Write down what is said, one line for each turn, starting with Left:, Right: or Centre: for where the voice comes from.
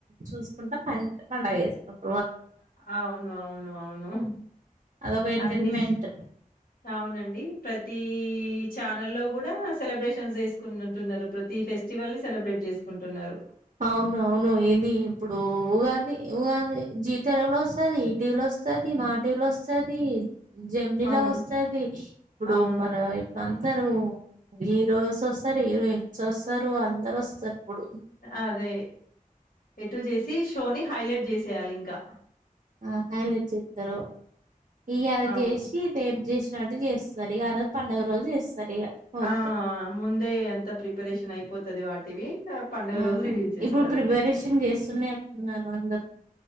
Right: చూసుకుంటా ప పండగ వేసుకుంట
Left: అవును అవును అవును
Right: అదొక ఎంటర్టైన్మెంట్
Left: అన్ని అవునండి ప్రతి ఈ ఛానల్ లో కూడా సెలబ్రేషన్ చేసుకుంటున్నారు ప్రతి ఫెస్టివల్ ని సెలబ్రేట్ చేసుకుంటున్నారు
Right: అవునవును ఏది ఇప్పుడు ఉగాది ఉగాది జీతాలలో వస్తుది ఇటీవల వస్తది మాటీల వస్తది జమినీలా
Left: అవును.
Right: వస్తుాది ఇప్పుడు
Left: అవును.
Right: మన ఇప్పుడు అందరు హీరోయస్ వస్తారు హీరోయిన్స్ వస్తారు అందరు వస్తారు ఇప్పుడు
Left: అదే ఎటు చేసి షోని హైలైట్ చేసేయాలి ఇంకా
Right: ఆ హైలట్ చెప్తారు ఇ అలా
Left: అవును.
Right: చేసి రేపు చేసి చేస్తారు ఈ ఆ రోజు పడుగ రోజు చేస్తారు ఇగ పోగ్రాం
Left: ఆ ముందే అంత ప్రిపరేషన్ అయిపోతే వది వాటివి ఆహ్, పండుగ
Right: ఆ
Left: రోజు రిలీజ్ జేస్తారు.
Right: ఇప్పుడు ప్రిపరేషన్ చేస్తూనే ఉంటున్నారు అందరు